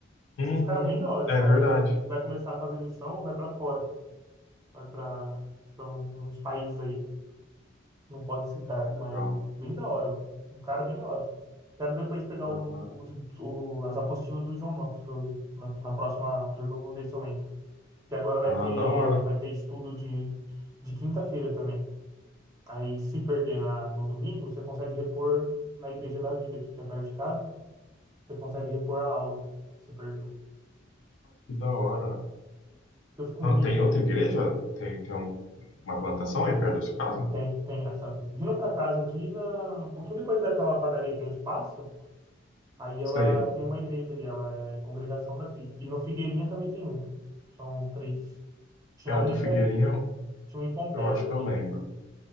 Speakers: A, on the left; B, on the right.
A: Uhum.
B: achei esse cara bem da hora.
A: É
B: Esse cara
A: verdade.
B: vai, vai começar a fazer missão, vai pra fora. vai para uns países aí, não pode citar,
A: Legal.
B: mas bem da hora, um cara bem da hora. Quero depois pegar
A: Aham.
B: o- os, o- as apostilas do John Knox para eu ver. Na, na próxima turma eu vou ver se eu entro. Que agora vai
A: Ah,
B: ter,
A: da hora.
B: vai ter estudo de, de quinta-feira também. Aí se perder na, no domingo, você consegue repor na Igreja da Vida aqui, que é perto de casa. Você consegue repor a aula que você perdeu.
A: Que da hora.
B: Eu fico
A: Não,
B: meio...
A: tem outra igreja? Tem, tem um- uma plantação aí perto da sua casa?
B: Tem, tem. Essa, vindo para casa aqui, na, um pouquinho depois daquela padaria que a gente passa, Aí ela
A: Sei.
B: tem uma igreja ali, ela é congregação daqui. E no Figueirinha também tem uma. São três. Tinha
A: É a
B: uma
A: do
B: em,
A: Figueirinho,
B: Pom- tinha uma em Pompeia
A: eu acho
B: também.
A: que eu lembro.